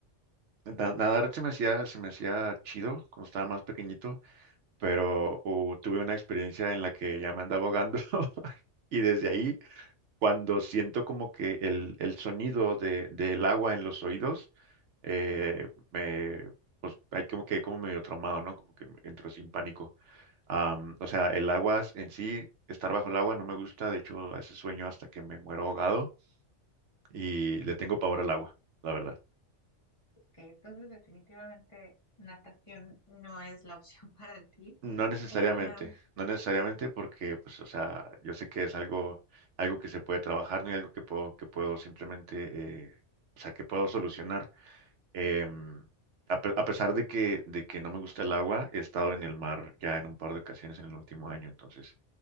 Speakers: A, on the right (about 70°); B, on the left (about 25°).
A: Na- Nadar se me hacía, se me hacía chido cuando estaba más pequeñito, pero uh, tuve una experiencia en la que ya me andaba ahogando <laughs> y desde ahí, cuando siento como que el, el sonido de, del agua en los oídos, eh, me, pues hay como que como medio traumado, ¿no? Como que me entro sin pánico. Am, o sea, el agua en sí, estar bajo el agua no me gusta, de hecho, a ese sueño hasta que me muero ahogado y le tengo pavor al agua, la verdad.
B: Ok, entonces definitivamente natación no es la opción <laughs> para ti.
A: No necesariamente,
B: Em,
A: no necesariamente porque, pues, o sea, yo sé que es algo, algo que se puede trabajar, no y algo que puedo, que puedo simplemente, eh, o sea, que puedo solucionar. Em, a, pe- a pesar de que, de que no me gusta el agua, he estado en el mar ya en un par de ocasiones en el último año, entonces,